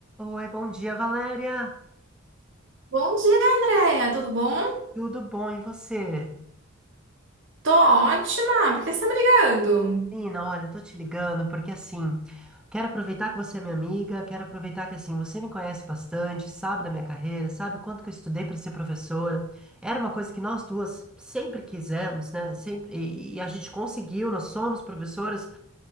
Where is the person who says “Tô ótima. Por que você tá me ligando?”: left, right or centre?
Right